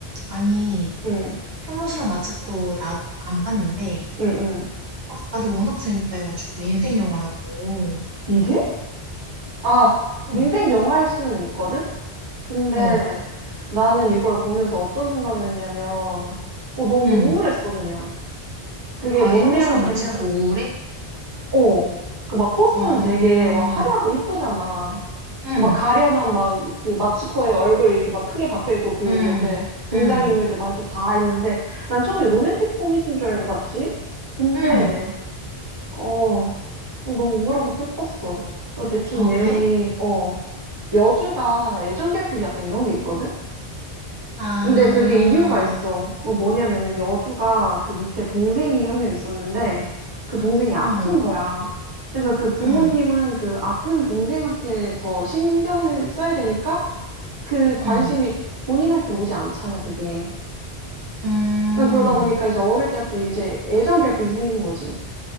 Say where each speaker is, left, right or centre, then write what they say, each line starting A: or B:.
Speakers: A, on the right; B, on the right.
A: 아니
B: 응.
A: 혐오스런 마츠코 나 안 봤는데
B: 응, 응.
A: 막 다들 워낙 재밌다 해가지고 인생 영화라고.
B: 이게? 아,
A: 응,
B: 인생 영화일 수는 있거든? 근데
A: 어,
B: 나는 이걸 보면서 어떤 생각을 했냐면, 어, 너무
A: 응.
B: 우울했어, 그냥. 그게
A: 아
B: 뭔
A: 혐오스런
B: 내용이냐면,
A: 마츠코 우울해?
B: 어, 그 막 포스터는
A: 어,
B: 되게 막 화려하고 이쁘잖아.
A: 응.
B: 그 막 가련한 막 그 마츠코의 얼굴 이렇게 막 크게 박혀 있고 그
A: 음.
B: 옆에 등장인물들
A: 음.
B: 막 이렇게 다 있는데 난 처음에 로맨틱 코미디인 줄 알고 봤지? 근데
A: 음.
B: 어, 어, 너무 우울하고 슬펐어. 어, 대충
A: 아
B: 내용이,
A: 그래?
B: 어, 여주가 애정결핍 약간 이런 게 있거든?
A: 아.
B: 근데 그게 이유가 있어. 어, 뭐냐면은 여주가 그 밑에 동생이 한 명 있었는데 그 동생이 아픈
A: 어.
B: 거야. 그래서 그 부모님은
A: 응.
B: 그 아픈 동생한테 더 신경을 써야 되니까 그 관심이
A: 응.
B: 본인한테 오지 않잖아, 그게.
A: 음.
B: 어, 그러다 보니까 이제 어릴 때부터 이제 애정결핍이 생긴 거지.